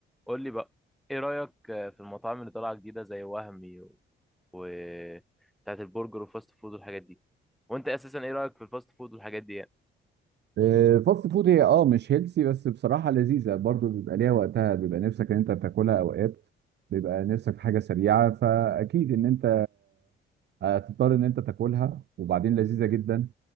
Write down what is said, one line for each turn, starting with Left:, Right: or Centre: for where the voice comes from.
Centre: قول لي بقى ايه رأيك في المطاعم اللي طالعة جديدة زي وهمي و... و... بتاعت البرجر والفاست فود والحاجات دي وانت اساسا ايه رأيك في الفاست فود والحاجات دي يعني؟
Right: آه، فاست فود هي اه مش هيلسي بس بصراحة لذيذة برضو بيبقى ليها وقتها بيبقى نفسك ان انت تاكلها اوقات بيبقى نفسك في حاجة سريعة فاكيد ان انت آه، هتضطر ان انت تاكلها وبعدين لذيذة جدا